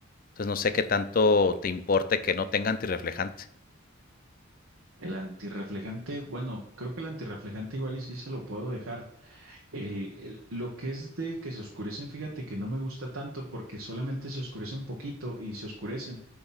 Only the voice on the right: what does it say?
El antirreflejante, bueno, creo que el antirreflejante igual y sí se lo puedo dejar. Eh, el- lo que es de que se oscurecen, fíjate que no me gusta tanto porque solamente se oscurecen poquito y se oscurecen.